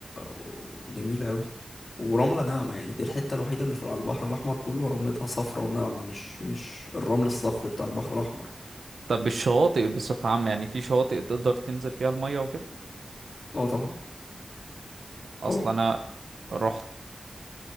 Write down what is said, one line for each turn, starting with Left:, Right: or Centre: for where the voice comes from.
Left: وجميله قوي ورمله ناعمه يعني دي الحته الوحيده اللي في على البحر الاحمر كله رملتها صفرة وناعمه مش مش الرمل الصخري بتاع البحر الاحمر
Right: طب الشواطئ بصفة عامة يعني في شواطئ تقدر تنزل فيها المية وكده
Left: اه طبعا طبعا
Right: اصل انا رحت